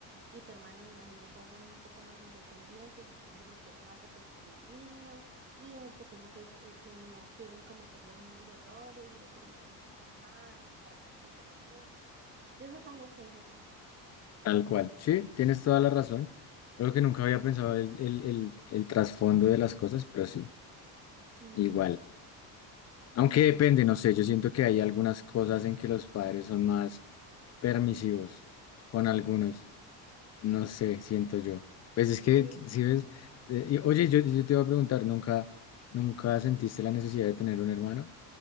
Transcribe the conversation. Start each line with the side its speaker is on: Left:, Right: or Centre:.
Right: y tu hermano, me imagino, ya son un poco más independientes, entonces requiere más atención el niño y el pequeño pues eh, que no quieren cometer los mismos errores y lo quieren consentir más y estar más tiempo con él. Yo supongo que es así.
Left: Tal cual. Sí, tienes toda la razón. Solo que nunca había pensado el, el, el, el trasfondo de las cosas, pero sí,
Right: Mm,
Left: igual. Aunque depende, no sé, yo siento que hay algunas cosas en que los padres son más permisivos con algunos. No sé, siento yo. Pues es que,
Right: Sí,
Left: si ves, eh, y- oye, yo, yo te iba a preguntar, ¿nunca, nunca sentiste la necesidad de tener un hermano